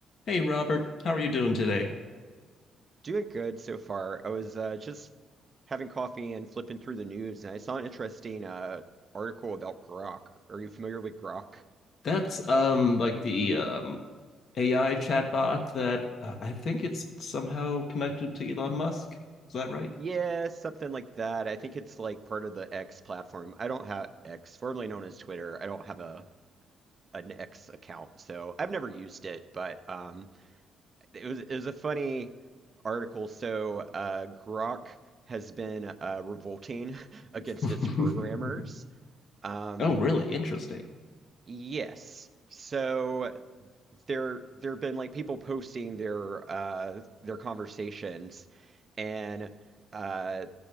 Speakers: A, on the left (about 60°); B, on the right (about 40°).
A: Hey Robert, how are you doing today?
B: Doing good so far. I was uh, just having coffee and flipping through the news, and I saw an interesting uh, article about Grok. Are you familiar with Grok?
A: That's um like the um AI chatbot that uh, I think it's somehow connected to Elon Musk. Is that right?
B: Yeah, something like that. I think it's like part of the X platform. I don't have X, formerly known as Twitter. I don't have a an X account, so I've never used it. But um, it was it was a funny article. So uh, Grok has been uh, revolting <laughs> against
A: <laughs>
B: its programmers. Um,
A: Oh, really? Interesting.
B: yes. So. there there have been like people posting their uh their conversations and uh